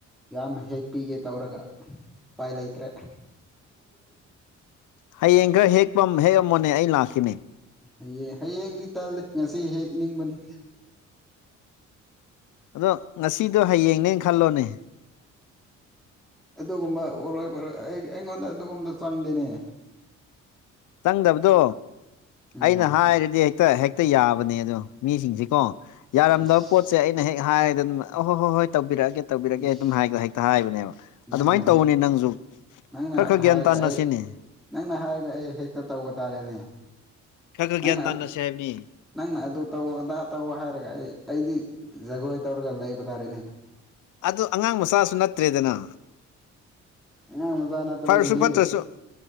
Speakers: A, in the centre; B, on the left.
A: ꯌꯥꯝ ꯍꯦꯛ ꯄꯤꯒꯦ ꯇꯧꯔꯒ ꯎꯄꯥꯏ ꯂꯩꯇ꯭ꯔꯦ
B: ꯍꯌꯦꯡ ꯈꯔ ꯍꯦꯛꯄꯝ ꯍꯦꯛꯑꯝꯃꯣꯅꯦ ꯑꯩ ꯂꯥꯛꯈꯤꯅꯤ
A: ꯍꯌꯦꯡ ꯍꯌꯦꯡꯗꯤ ꯇꯜꯂꯤ ꯉꯁꯤ ꯍꯦꯛ ꯅꯤꯡꯕꯅꯤ
B: ꯑꯗꯣ ꯉꯁꯤꯗꯣ ꯍꯌꯦꯡꯅꯦ ꯈꯜꯂꯣꯅꯦ
A: ꯑ ꯑꯗꯨꯒꯨꯝꯕ ꯑꯣꯏꯔꯣꯏ ꯔꯣꯏ ꯑꯩ ꯑꯩꯉꯣꯟꯗ ꯑꯗꯨꯒꯨꯝꯕꯗ ꯆꯪꯗꯦꯅꯦ
B: ꯆꯪꯗꯕꯗꯣ
A: ꯎꯝ
B: ꯑꯩꯅ ꯍꯥꯏꯔꯗꯤ ꯍꯦꯛꯇ ꯍꯦꯛꯇ ꯌꯥꯕ ꯑꯣꯁꯤꯡꯁꯤꯗꯣ
A: ꯏꯁ
B: ꯌꯥꯔꯗꯕ ꯄꯣꯠꯁꯦ ꯑꯩꯅ ꯍꯦꯛ ꯍꯥꯏꯔ ꯑ ꯍꯣꯏ ꯍꯣꯏ ꯍꯣꯏ ꯇꯧꯕꯤꯔꯛꯑꯒꯦ ꯇꯧꯕꯤꯔꯛꯑꯒꯦ
A: ꯏꯁ
B: ꯑꯗꯨꯝ ꯍꯦꯛꯇ ꯍꯥꯏꯕꯅꯦꯕ
A: ꯅꯪꯅ
B: ꯑꯗꯨꯃꯥꯏꯅ
A: ꯍꯦꯛ
B: ꯇꯧꯕꯅꯦ ꯅꯪꯁꯨ
A: ꯅꯪꯅ
B: ꯈꯔ ꯈꯔ
A: ꯍꯥꯏꯔꯒ
B: ꯒ꯭ꯌꯥꯟ ꯇꯥꯅ
A: ꯑꯩ
B: ꯁꯤꯅꯤ
A: ꯅꯪꯅ ꯍꯥꯏꯔꯒ ꯑꯩ ꯍꯦꯛꯇ ꯇꯧꯕ ꯇꯥꯔꯦꯅꯦ
B: ꯈꯌꯥ
A: ꯅꯪꯅ
B: ꯈꯒ꯭ꯟ ꯇꯥꯟꯅꯁꯦꯕꯅꯤ
A: ꯅꯪꯅ ꯑꯗꯨ ꯇꯧ ꯑꯗꯥ ꯇꯧ ꯍꯥꯏꯔꯒ ꯑꯩ ꯑꯩꯗꯤ ꯖꯒꯣꯏ ꯇꯧꯔꯒ ꯂꯩꯕ ꯔꯦꯅꯦ
B: ꯑꯗꯨ ꯑꯉꯥꯡ ꯃꯆꯥꯁꯨ ꯅꯠꯇ꯭ꯔꯦꯗꯅ
A: ꯑꯉꯥꯡ ꯃꯆꯥ ꯅꯠꯇꯕꯒꯤꯅꯦ
B: ꯐꯔꯁꯨ ꯐꯠꯇ꯭ꯔꯁꯨ